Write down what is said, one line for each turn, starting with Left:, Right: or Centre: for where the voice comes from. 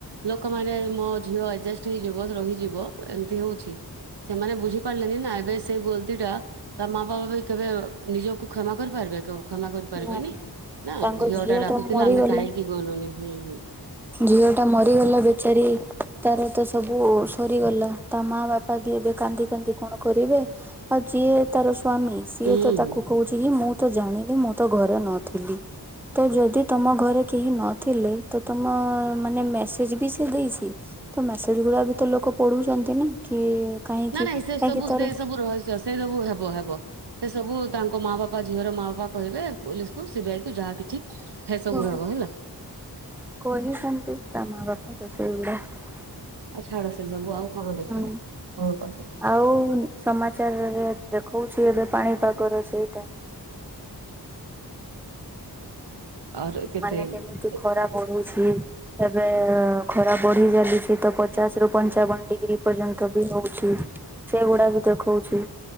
Right: ଲୋକମାନେ ମୋ ଝିଅ ଆଜଷ୍ଟ ହେଇଯିବ ରହିଯିବ ଏମିତି ହଉଛି ସେମାନେ ବୁଝିପାରିଲେନି ନା ସେ ଗୋଲତିଟା ତା ମା ବାପା ବି କେବେ ନିଜକୁ କ୍ଷମା କରିପାରିବେ। କେବେ କ୍ଷମା କରିପାରିବେନି।
Centre: ନା <inaudible>
Right: ନା
Centre: ତାଙ୍କ ଝିଅ
Right: ଟା ଡାକୁଥିଲା
Centre: ତ ମରିଗଲା
Right: ଆମେ କାହିଁକି ଗଲୁନି ହୁଁ ହୁଁ
Centre: ଝିଅ ଟା ମରିଗଲା ବେଚାରୀ। ତାର ତ ସବୁ ସ ମରିଗଲା ତା ମା ବାପା ବି ଏବେ କାନ୍ଦି କାନ୍ଦି କଣ କରିବେ। ଆଉ ଯିଏ ତାର ସ୍ଵାମୀ ସିଏ
Right: ହୁଁ
Centre: ତ ତାକୁ
Right: ହୁଁ।
Centre: କହୁଛି କି ମୁଁ ତ ଜାଣିଲି ମୁଁ ତ ଘରେ ନଥିଲି ତ ଯଦି ତମ ଘରେ କେହିନଥିଲେ। ତ ତମ ମାନେ ମେସେଜ ବି ସେ ଦେଇଛି। ତ ମେସେଜ ଗୁଡା ବି ତ ଲୋକ ପଢୁଛନ୍ତି। ନା କି କାହିଁକି
Right: ନା ନାଇଁ ସେ
Centre: କାହିଁକି
Right: ସବୁ
Centre: ତାର
Right: ସେ ସବୁ ରହସ୍ୟ ସେ ସବୁ ହେବ ହେବ। ସେ ସବୁ ତାଙ୍କ ମା ବାପା ବାପା ଝିଅ ର ମା ବାପା କହିବେ ପୋଲିସକୁ ସି ବି ଆଇ କି ଯାହା କିଛି
Centre: ହ
Right: ସେ ସବୁ ହେବ ହେଲା
Centre: <unintelligible> ତ ସେଇଗୁଡ଼ା
Right: <inaudible> ଆ ଛାଡ ସେ ସବୁ ଆଉ କଣ ଦେଖିଲେ
Centre: ହୁଁ
Right: କଣ
Centre: <inaudible>
Right: କରୁଛନ୍ତି
Centre: ଆଉ ସମାଚାର ଏ ଦେଖଉଛି ଏବେ ପାଣିପାଗର ସେଇଟା। <inaudible>
Right: ଆଉ କେତେ
Centre: ମାନେ କେମିତି
Right: ଏ-
Centre: ଖରା ପଢୁଛି। ଏବେ ଖରା ବଢି ଚାଲିଛି। ତ ପଚାଶ ରୁ ପଞ୍ଚାବନ ଡିଗ୍ରୀ ପର୍ଯ୍ୟନ୍ତ ବି ହଉଛି। ସେଗୁଡା ବି ଦେଖଉଛି